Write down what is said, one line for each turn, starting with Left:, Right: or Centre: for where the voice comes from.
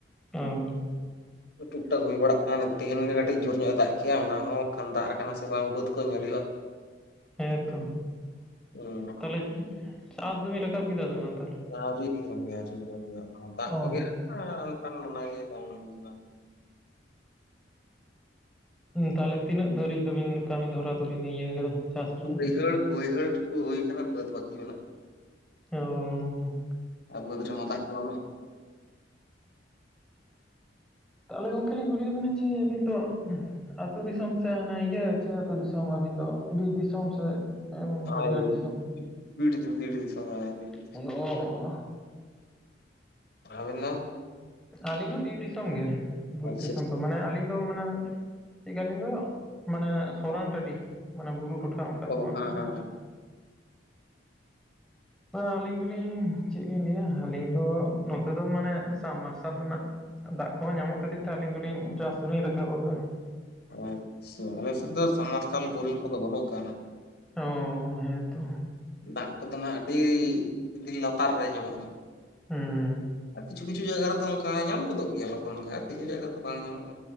Centre: ᱚᱸᱻ
Left: ᱴᱩᱠ ᱴᱟᱠ ᱦᱩᱭ ᱵᱟᱲᱟᱜ ᱠᱟᱱ ᱛᱮᱦᱮᱧ ᱜᱮ ᱠᱟᱹᱴᱤᱡ ᱡᱳᱨ ᱧᱚᱜ ᱮ ᱫᱟᱜ ᱠᱮᱜ-ᱟᱭ ᱚᱱᱟ ᱦᱚᱸ ᱠᱷᱟᱱ ᱫᱟᱜ ᱟᱠᱟᱱᱟ ᱥᱮ ᱵᱟᱝ ᱵᱟᱹᱫᱽ ᱠᱚ ᱧᱮᱞ ᱦᱩᱭᱩᱜ-ᱟ ᱾
Centre: ᱦᱮᱸ ᱛᱚ
Left: ᱦᱩᱸ
Centre: ᱛᱟᱦᱚᱞᱮ ᱪᱟᱥ ᱫᱚ ᱵᱤᱱ ᱨᱟᱠᱟᱵ ᱠᱮᱫᱟ ᱥᱮ ᱵᱟᱝ? ᱛᱟᱦᱚᱞᱮ
Left: ᱟᱣᱨᱤ ᱨᱟᱠᱟᱵ ᱦᱩᱭᱩᱜ-ᱟ ᱟᱣᱨᱤ ᱨᱟᱠᱟᱵ ᱦᱩᱭᱩᱜ-ᱟ ᱫᱟᱜ
Centre: ᱚ
Left: ᱠᱚᱜᱮ ᱢᱟ ᱚᱱᱠᱟᱱ ᱢᱚᱱᱮ ᱜᱮ ᱵᱟᱝ ᱦᱩᱭ ᱠᱟᱱᱟ ᱾
Centre: ᱛᱟᱦᱚᱞᱮ ᱛᱤᱱᱟᱹᱜ ᱫᱷᱟᱹᱨᱤᱡ ᱫᱚ ᱵᱤᱱ ᱠᱟᱹᱢᱤ ᱫᱷᱚᱨᱟ ᱫᱚᱵᱤᱱ ᱤᱭᱟᱹ ᱠᱟᱫᱟ? ᱪᱟᱥ ᱨᱮᱱᱟᱜ
Left: ᱵᱟᱹᱭᱦᱟᱹᱲ
Centre: ᱫᱚ?
Left: ᱵᱟᱹᱭᱦᱟᱹᱲ ᱴᱩᱠᱩ ᱦᱩᱭ ᱠᱟᱱᱟ ᱵᱟᱹᱫᱽ ᱵᱟᱹᱠᱤ ᱢᱮᱱᱟᱜ-ᱟ?
Centre: ᱚᱸᱻ
Left: ᱟᱨ ᱵᱟᱹᱫᱽ ᱨᱮᱦᱚᱸ ᱫᱟᱜ ᱜᱮ ᱵᱟᱱᱩᱜ-ᱟ ᱾
Centre: ᱛᱟᱦᱚᱞᱮ ᱜᱚᱢᱠᱮ ᱞᱤᱧ ᱠᱩᱞᱤᱭᱮᱫ ᱵᱤᱱᱟ ᱡᱮ ᱟᱹᱵᱤᱱ ᱫᱚ ᱟᱹᱛᱩ ᱫᱤᱥᱚᱢ ᱥᱮ ᱦᱟᱱᱮ ᱤᱭᱟᱹ ᱪᱮᱫ ᱟᱹᱛᱩ ᱫᱤᱥᱚᱢ ᱟᱹᱵᱤᱱ ᱫᱚ ᱵᱤᱨ ᱫᱤᱥᱚᱢ ᱥᱮ?
Left: ᱦᱳᱭ
Centre: ᱢᱟᱹᱴᱭᱟᱹᱲ ᱫᱤᱥᱚᱢ?
Left: ᱵᱤᱨ ᱫᱤᱥᱚᱢ ᱵᱤᱨ ᱫᱤᱥᱚᱢ ᱾
Centre: ᱜᱚᱝᱠᱮ ᱚᱻ
Left: ᱟᱹᱵᱤᱱ ᱫᱚ
Centre: ᱟᱹᱞᱤᱧ ᱦᱚᱸ ᱵᱤᱨ ᱫᱤᱥᱚᱢ ᱜᱮ ᱵᱤᱨ
Left: ᱟᱪᱪᱷᱟ
Centre: ᱫᱤᱥᱚᱢ ᱫᱚ ᱢᱟᱱᱮ ᱟᱹᱞᱤᱧ ᱫᱚ ᱢᱟᱱᱮ ᱪᱮᱫ ᱞᱮᱠᱟ ᱞᱤᱧ ᱞᱟᱹᱭᱟ ᱾ ᱢᱟᱱᱮ ᱥᱚᱨᱟᱱ ᱴᱟᱺᱰᱤ ᱢᱟᱱᱮ ᱵᱩᱨᱩ ᱴᱚᱴᱷᱟ ᱚᱱᱠᱟ
Left: ᱚ
Centre: ᱫᱚ ᱵᱟᱝ
Left: ᱦᱮᱸ
Centre: ᱠᱟᱱᱟ
Left: ᱦᱮᱸ
Centre: ᱾
Left: ᱦᱮᱸ
Centre: ᱟᱹᱞᱤᱧ ᱫᱚᱞᱤᱧ ᱪᱮᱫ ᱞᱤᱧ ᱞᱟᱹᱭᱟ ᱟᱹᱞᱤᱧ ᱫᱚ ᱱᱚᱛᱮ ᱫᱚ ᱢᱟᱱᱮ ᱥᱟᱵ-ᱢᱟᱨᱥᱟᱞ ᱨᱮᱱᱟᱜ ᱫᱟᱜ ᱠᱚᱦᱚᱸ ᱧᱟᱢᱚᱜ ᱠᱷᱟᱹᱛᱤᱨ ᱛᱮ ᱟᱞᱤᱧ ᱫᱚᱞᱤᱧ ᱪᱟᱥ ᱫᱚᱞᱤᱧ ᱨᱟᱠᱟᱵ ᱟᱠᱟᱜ-ᱟ᱾
Left: ᱟᱪᱪᱷᱟ, ᱟᱞᱮ ᱥᱮᱫ ᱫᱚ ᱥᱟᱵ-ᱢᱟᱨᱥᱟᱞ ᱵᱳᱞᱮᱲ ᱠᱚᱫᱚ ᱵᱟᱹᱱᱩᱜ ᱠᱟᱜ-ᱟ᱾ ᱚᱱᱟ
Centre: ᱚ ᱦᱮᱸ ᱛᱚ,
Left: ᱫᱟᱜ ᱠᱚᱫᱚ ᱱᱟᱜ ᱟᱹᱰᱤ ᱟᱹᱫᱤ ᱞᱟᱛᱟᱨ ᱨᱮ ᱧᱟᱢᱚᱜ-ᱟ᱾
Centre: ᱦᱩᱸ,
Left: ᱠᱤᱪᱷᱩ ᱠᱤᱪᱷᱩ ᱡᱟᱭᱜᱟ ᱨᱮᱫᱚ ᱚᱱᱠᱟ ᱧᱟᱢ ᱜᱚᱫᱚᱜ ᱜᱮᱭᱟ ᱞᱚᱜᱚᱱ ᱜᱮ ᱟᱨ ᱠᱤᱪᱷᱩ ᱡᱟᱭᱜᱟ ᱨᱮ ᱫᱚ ᱵᱟᱝ ᱧᱟᱢᱚᱜ-ᱟ᱾